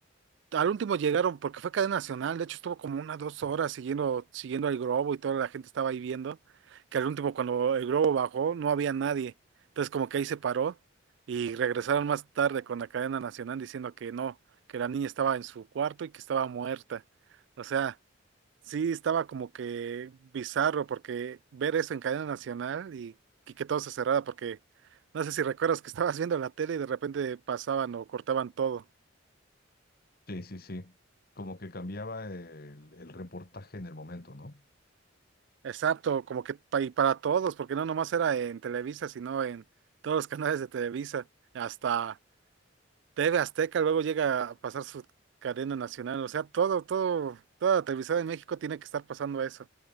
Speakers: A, on the right; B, on the left.
A: al último llegaron, porque fue cadena nacional, de hecho estuvo como unas dos horas siguiendo, siguiendo al globo y toda la gente estaba ahí viendo, que al último cuando el globo bajó no había nadie. Entonces como que ahí se paró y regresaron más tarde con la cadena nacional diciendo que no, que la niña estaba en su cuarto y que estaba muerta. O sea, Sí, estaba como que bizarro porque ver eso en cadena nacional y, y que todo se cerrara porque no sé si recuerdas que estabas viendo la tele y de repente pasaban o cortaban todo.
B: Sí, sí, sí. Como que cambiaba el el reportaje en el momento, ¿no?
A: Exacto, como que pa- y para todos, porque no nomás era en Televisa, sino en todos los <laughs> canales de Televisa, hasta TV Azteca luego llega a pasar su cadena nacional, o sea, todo, todo, toda la televisión en México tiene que estar pasando eso.